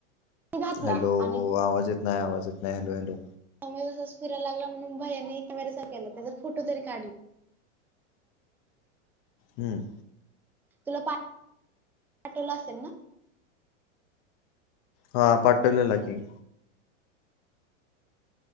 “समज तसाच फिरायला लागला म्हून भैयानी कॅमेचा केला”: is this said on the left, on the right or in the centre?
Centre